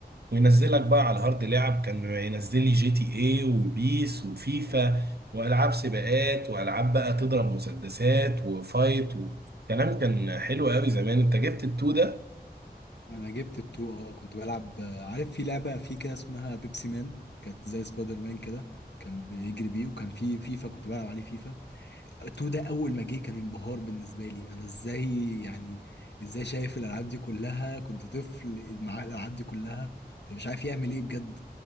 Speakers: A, on the right (about 70°); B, on the left (about 85°).
A: وينزلك بقى على الهارد لعب كان ينزل لي جي تي اي وبيس وفيفا والعاب سباقات والعاب بقى تضرب مسدسات وفايت وكلام كان حلو قوي زمان انت جبت التو ده
B: انا جبت التو اه كنت بلعب آه، عارف في لعبه في كده اسمها بيبسي مان كانت زي سبايدر مان كده كان بيجري بيه وكان في فيفا كنت بلعب عليه فيفا التو ده اول ما جه كان انبهار بالنسبه لي انا ازاي يعني ازاي شايف الالعاب دي كلها كنت طفل مع الالعاب دي كلها فمش عارف يعمل ايه بجد